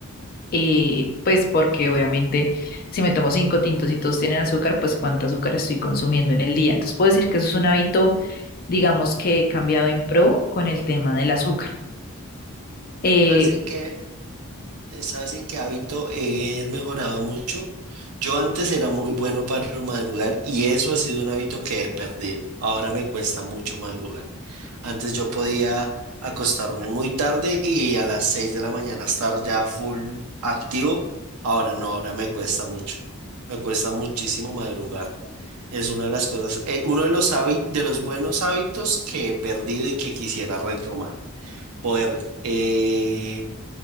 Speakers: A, on the left; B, on the right.
A: eh, pues porque obviamente si me tomo cinco tintos y todos tienen azúcar, pues cuánto azúcar estoy consumiendo en el día. Entonces puedo decir que eso es un hábito digamos que he cambiado en pro con el tema del azúcar. Eh,
B: Yo sabes en qué, eh, sabes en qué hábito he mejorado mucho. Yo antes era muy bueno para madrugar y eso ha sido un hábito que he perdido. Ahora me cuesta mucho madrugar. Antes yo podía acostarme muy tarde y a las 6 de la mañana estar ya full activo. Ahora no, ahora me cuesta mucho. Me cuesta muchísimo madrugar. Es una de las cosas, eh, uno de los hábitos, de los buenos hábitos que he perdido y que quisiera retomar. Poder eh,